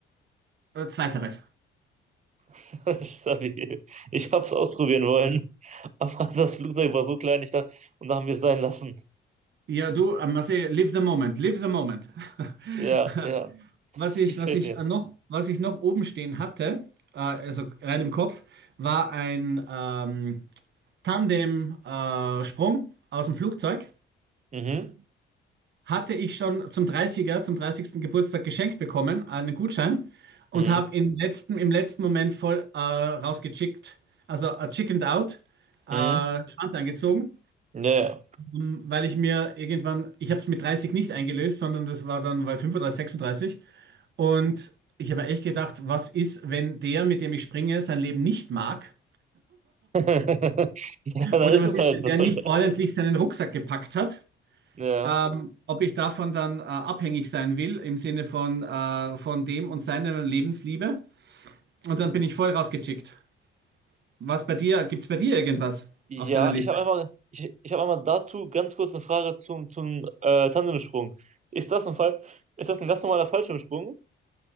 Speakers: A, on the right; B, on the right.
A: Äh, zweiteres.
B: <laughs> Stabil. Ich hab's ausprobieren wollen, <laughs> aber das Flugzeug war so klein, ich dachte, und da haben wir es sein lassen.
A: Ja, du, äh, Marcel, live the moment, live the moment.
B: Ja,
A: <laughs>
B: ja, das
A: Was ich,
B: <laughs> gefällt
A: was ich
B: mir.
A: äh, noch, was ich noch oben stehen hatte, äh, also rein im Kopf, war ein ähm, Tandem-Sprung aus dem Flugzeug.
B: Mhm.
A: Hatte ich schon zum 30er, zum dreißigsten Geburtstag geschenkt bekommen, äh, einen Gutschein, und
B: Mhm.
A: habe im letzten, im letzten Moment voll äh, rausgechickt, also äh, chickened out, äh,
B: Mhm.
A: Schwanz eingezogen
B: Ja, ja.
A: Ähm, Weil ich mir irgendwann, ich habe es mit 30 nicht eingelöst, sondern das war dann bei 35, 36. Und ich habe mir echt gedacht, was ist, wenn der, mit dem ich springe, sein Leben nicht mag?
B: <laughs> Ja, dann
A: Oder
B: ist
A: was
B: es
A: ist,
B: halt
A: wenn
B: so.
A: der
B: ne?
A: nicht ordentlich seinen Rucksack gepackt hat?
B: Ja.
A: Ähm, ob ich davon dann äh, abhängig sein will, im Sinne von, äh, von dem und seiner Lebensliebe. Und dann bin ich voll rausgechickt. Was bei dir, gibt's bei dir irgendwas
B: Ja,
A: auf deiner Liste?
B: ich habe einmal, ich, ich habe einmal dazu ganz kurz eine Frage zum, zum äh, Tandemsprung. Ist das ein Fall, ist das ein ganz normaler Fallschirmsprung?